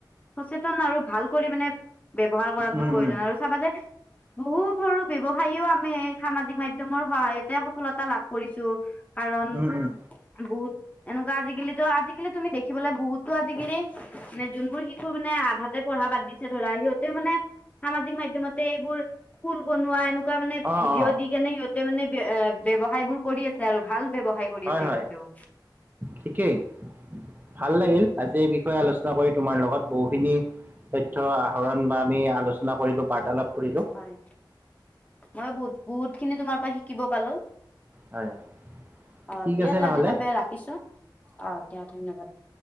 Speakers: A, on the left; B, on the right.
A: সচেতন আৰু ভাল কৰি মানে ব্যৱহাৰ কৰাতো
B: উম,
A: প্ৰয়োজন
B: উম,
A: আৰু চাবা যে বহু সৰু ব্যৱসায়ীও আমি সামাজিক মাধ্যম মৰ সহায়তে সফলতা লাভ কৰিছো কাৰণ
B: উম, উম,
A: বহুত এনেকুৱা আজিকালিতো আজি তুমি দেখিবালাগ বহুতো আজিকালি মানে যোনবোৰ শিশু মানে আধাতে পঢ়া বাদ দিছে ধৰা সিহঁতেও মানে সামাজিক মাধ্যম এইবোৰ ফুল বনোৱা এনেকা তেনেকুৱা মানে
B: অ',
A: ভিডিঅ'
B: অ',
A: দি কেনে সিহঁতে মানে্ ব্যৱসায় বোৰ কৰি আছে আৰু ভাল ব্যৱসায় কৰি
B: হয়
A: আছে সিহঁতেও
B: হয়, ঠিকেই। ভাল লাগিল আজি এই বিষয়ে আলোচনা কৰি তোমাৰ লগত বহুখিনি তথ্য আহৰণ বা আমি আলোচনা কৰিলো বাৰ্তালাপ কৰিলোঁ।
A: হয় মই বহুত বহুত খিনি তোমাৰ পৰা শিকিব পালো
B: হয়
A: অ
B: ঠিক
A: দিয়া
B: আছে
A: তে
B: নহ'লে,
A: আজিৰ বাবে ৰাখিছো অ দিয়া ধন্যবাদ। <inaudible>